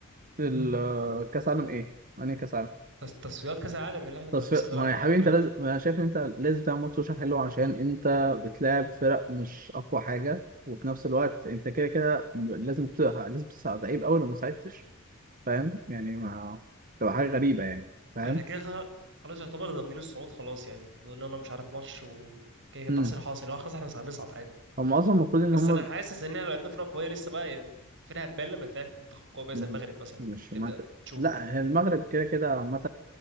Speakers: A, on the right; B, on the right.
A: ال- كاس عالم ايه؟ يعني كاس عالم
B: تص- تصفيات كأس العالم اللي احنا كنا
A: تصفيق
B: لسه بنلعبها
A: ما هو يا حبيبي
B: من فترة
A: انت
B: يعني
A: لازم انا شايف ان انت لازم تعمل ماتش سوشيال حلو عشان انت بتلاعب فرق مش اقوى حاجة وفي نفس الوقت انت كده كده لازم ت... لازم تصعد عيب قوي لو ما صعدتش فاهم يعني ما تبقى حاجة غريبة يعني فاهم؟
B: على كده خ- خلاص يعتبر ضامنين الصعود خلاص يعني فاضل لنا مش عارف ماتش وكده كده
A: مم.
B: تحصيل حاصل هو خلاص احنا هنصعد عادي.
A: هم اصلا المفروض ان
B: بس
A: هم
B: انا حاسس ان احنا لو لعبنا فرقه قويه لسه بقى يعني فرقه هتبان لما تلعب في منتخب قوي بقى
A: مهم.
B: زي المغرب مثلا
A: مش
B: تبدا
A: منطق
B: تشوف
A: لا هي المغرب كده كده عامة